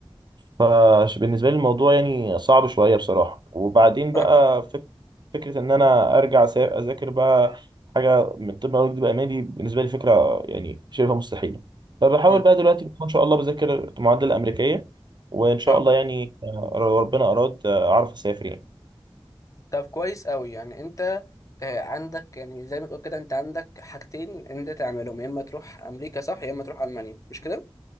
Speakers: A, on the right; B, on the left.
A: فبالنسبة لي الموضوع يعني صعب شوية بصراحة وبعدين
B: فاهم
A: بقى فك... فكرة إن أنا أرجع أذا- أذاكر بقى حاجة من طب أو طب ألماني بالنسبة لي فكرة يعني شبه مستحيلة فبحاول
B: مم.
A: بقى دلوقتي إن شاء الله بذاكر المعادلة الأمريكية وإن شاء
B: اه
A: الله يعني آه، لو ربنا أراد آه، أعرف أسافر يعني
B: طب كويس قوي يعني انت آه، عندك يعني زي ما تقول كده انت عندك حاجتين انت تعملهم يا اما تروح امريكا صح يا اما تروح المانيا مش كده